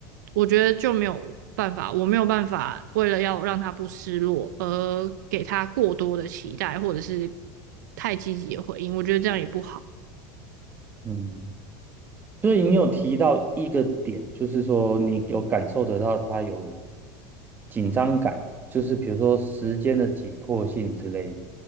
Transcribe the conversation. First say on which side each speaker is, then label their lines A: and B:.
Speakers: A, on the right; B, on the right.
A: 我觉得就没有办法，我没有办法为了要让他不失落而给他过多的期待，或者是太积极的回应，我觉得这样也不好。
B: 嗯，所以你有提到一个点，就是说你有感受得到他有紧张感，就是比如说时间的紧迫性之类的。